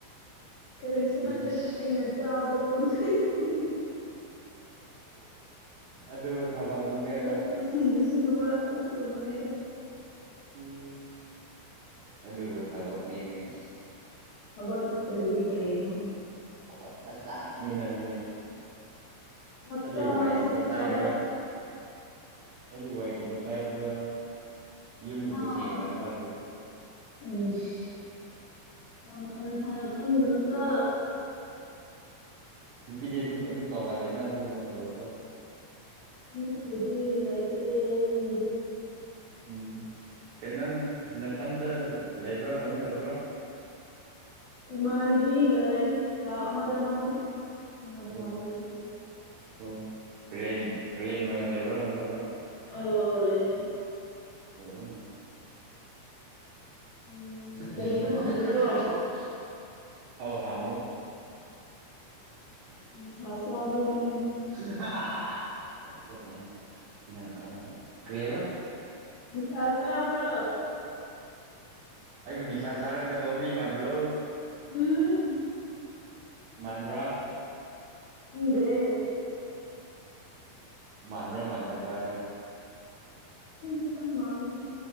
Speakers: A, on the left; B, on the right.
A: ꯀꯔꯤꯁꯨ ꯅꯠꯇꯦ
B: ꯏꯁ
A: ꯑꯩꯅ ꯆꯥꯕ ꯀꯣꯟ ꯐꯦꯡꯕꯅꯤ
B: ꯑꯗꯨꯕꯨ ꯊꯕꯛꯅꯤ ꯀꯥꯏꯅ
A: ꯁꯨꯝ ꯐꯤ ꯁꯨꯕ ꯑꯁꯤꯒꯨꯝꯕꯅꯤꯗ
B: ꯎꯝ ꯑꯗꯨꯕꯨ ꯊꯕꯛꯅꯤ ꯀꯥꯏꯅ
A: ꯍꯕꯛ ꯅꯠꯇ꯭ꯔꯗꯤ ꯀꯔꯤꯅꯣ
B: ꯊꯕꯛ ꯃꯆꯥꯅꯤꯅ ꯑꯗꯨꯗꯤ
A: ꯃꯆꯥꯁꯨ
B: ꯑꯗꯨꯗꯤ ꯋꯥꯏꯖꯨ ꯈꯔꯥ ꯇꯥꯏꯕ꯭ꯔꯥ
A: ꯊꯕꯛ
B: ꯅꯣꯏꯗꯤ ꯋꯥꯏꯒꯨꯝꯕ ꯇꯥꯏꯕ꯭ꯔꯥ ꯌꯨꯝ ꯒꯨꯝꯕ
A: ꯑꯥ
B: ꯁꯦꯡꯕ꯭ꯔꯅ ꯈꯜꯂꯨꯔꯦ
A: ꯏꯁ ꯌꯥꯝ ꯍꯟꯊꯥꯅ ꯈꯟꯒꯅꯨꯀꯣ
B: ꯅꯨꯄꯤꯗꯤ ꯑꯗꯨꯝ ꯑꯗꯨꯝ ꯇꯧꯒꯜꯂꯦꯅ ꯑꯗꯨꯒꯨꯝꯕ ꯊꯕꯛꯇꯣ
A: ꯁꯤ ꯅꯠꯇ꯭ꯔꯗꯤ ꯂꯩꯇ꯭ꯔꯦ ꯈꯣꯏꯒꯤꯗꯤ
B: ꯎꯝ ꯀꯩ ꯅꯪ ꯅꯊꯟꯗ ꯂꯩꯕ꯭ꯔꯥ ꯀꯃꯤꯟ ꯇꯧꯕ꯭ꯔꯥ
A: ꯏꯃꯥꯟꯅꯕꯤꯒ ꯂꯩ ꯀꯥ ꯑꯃꯗ ꯃꯥꯗꯤ ꯇꯣꯉꯥꯟ ꯇꯣꯉꯥꯟꯅ
B: ꯑꯣ
A: ꯂꯩ
B: ꯑꯣ ꯔꯦꯟ ꯔꯦꯟ ꯑꯣꯏꯅ ꯂꯩꯕ꯭ꯔꯥ ꯀꯃꯥꯏ ꯇꯧꯕ꯭ꯔꯥ
A: ꯑꯧ ꯔꯦꯟꯅꯦ
B: ꯑꯣ
A: ꯎꯝ
B: <unintelligible>
A: ꯀꯔꯤꯔꯣ ꯍꯪꯒꯦꯀꯣ
B: ꯑꯣ ꯍꯥꯎꯑꯣ ꯑꯗꯨꯒꯤ
A: ꯅꯤꯁꯥ
B: ꯇꯧꯕꯅꯤꯗ
A: ꯆꯥꯕ꯭ꯔꯣ ꯅꯣꯏ
B: <unintelligible> <unintelligible> ꯀꯔꯤ ꯍꯥꯏꯕ
A: ꯅꯤꯁꯥ ꯆꯥꯕ꯭ꯔꯣ
B: ꯑꯩꯕꯨ ꯅꯤꯁꯥ ꯆꯥꯔꯝꯒꯗꯧ ꯃꯤ ꯃꯥꯟꯕ꯭ꯔꯣ
A: ꯎꯝ
B: ꯃꯥꯟꯕ꯭ꯔꯥ
A: ꯈꯪꯗꯦ
B: ꯃꯥꯟꯕ꯭ꯔꯥ ꯃꯥꯟꯗꯕ꯭ꯔꯥ ꯅꯪ
A: ꯎꯝ ꯈꯤꯠꯇꯪ ꯃꯥꯟꯂꯦ